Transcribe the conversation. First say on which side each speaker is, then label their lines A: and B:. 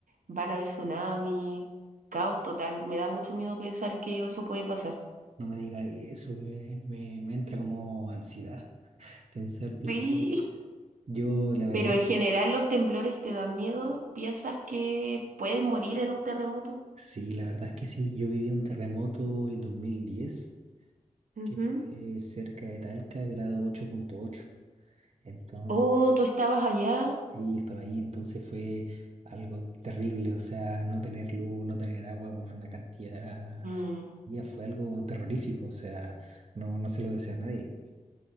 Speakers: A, on the right (about 85°); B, on the right (about 55°).
A: van a haber tsunamis, caos total. Me da mucho miedo pensar que eso puede pasar.
B: No me digas eso, me, me- me entra como ansiedad pensar del...
A: Sí.
B: Yo, la verdad,
A: Pero en general los temblores te dan miedo, piensas que puedes morir en un terremoto.
B: sí, la verdad es que sí. Yo viví un terremoto el 2010, que
A: Ujú.
B: fue cerca de Talca, grado 8.8. Entonces...
A: Oh, tú estabas allá.
B: Y estaba ahí, entonces fue algo terrible, o sea, no tener luz, no tener agua por una cantidad
A: Mm,
B: de días fue algo terrorífico, o sea, no, no se lo deseo a nadie.